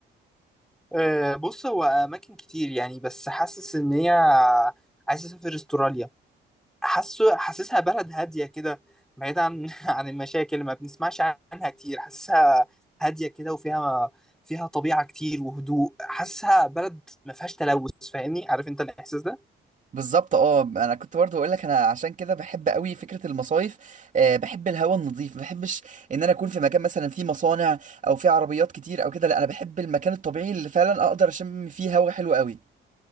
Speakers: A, in the centre; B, on the right.
A: آه، بص هو اماكن كتير يعني بس حاسس ان هي عايز اسافر استراليا حاسه حاسسها بلد هاديه كده بعيد عن <laughs> عن المشاكل اللي ما بنسمعش عنها كتير حاسسها هاديه كده وفيها فيها طبيعه كتير وهدوء حاسسها بلد ما فيهاش تلوث فاهمني عارف انت الاحساس ده
B: بالظبط اه انا كنت برضه اقول لك انا عشان كده بحب قوي فكره المصايف أه بحب الهواء النظيف ما بحبش ان انا اكون في مكان مثلا فيه مصانع او فيه عربيات كتير او كده لا انا بحب المكان الطبيعي اللي فعلا اقدر اشم فيه هواء حلو قوي